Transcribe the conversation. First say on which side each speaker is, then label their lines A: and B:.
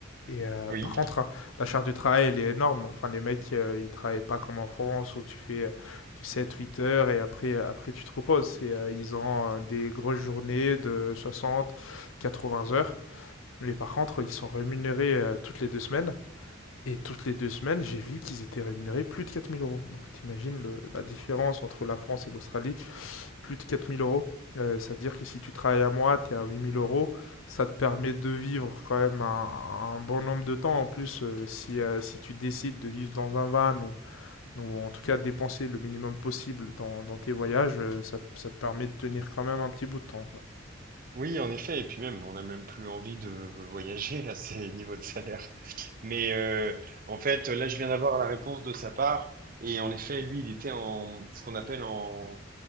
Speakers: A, on the left; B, on the right.
A: Et euh,
B: Oui.
A: par contre, la charge du travail, elle est énorme. Enfin, les mecs, euh, ils travaillent pas comme en France où tu fais euh, du 7-8 heures et après, euh, après tu te reposes. Et, euh, ils ont euh, des grosses journées de 60-80 heures. Mais par contre, ils sont rémunérés euh, toutes les deux semaines. Et toutes les deux semaines, j'ai vu qu'ils étaient rémunérés plus de 4000 euros. Donc t'imagines le- la différence entre la France et l'Australie plus de 4000 euros. Euh, ça veut dire que si tu travailles à moi, tu es à 8000 euros. Ça te permet de vivre quand même un, un bon nombre de temps. En plus, euh, si, euh, si tu décides de vivre dans un van ou, ou en tout cas de dépenser le minimum possible dans, dans tes voyages, euh, ça, ça te permet de tenir quand même un petit bout de temps. quoi.
B: Oui, en effet, et puis même, on n'a même plus envie de voyager à ces <laughs> niveaux de salaire. Mais euh, en fait, là, je viens d'avoir la réponse de sa part, et en effet, lui, il était en ce qu'on appelle en,